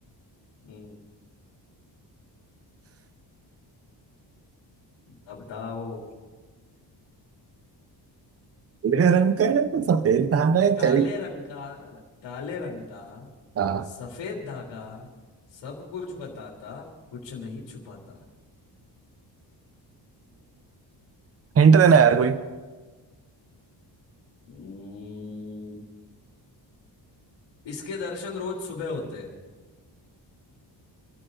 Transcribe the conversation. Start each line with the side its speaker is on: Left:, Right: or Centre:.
Left: हम्म, अब बताओ
Right: काले रंग का है तो सफेद धागा है
Left: काले
Right: चल
Left: रंग का काले रंग का
Right: हाँ
Left: सफेद धागा सब कुछ बताता कुछ नहीं छुपाता
Right: हिंट देना यार कोई
Left: हम्म, इसके दर्शन रोज सुबह होते हैं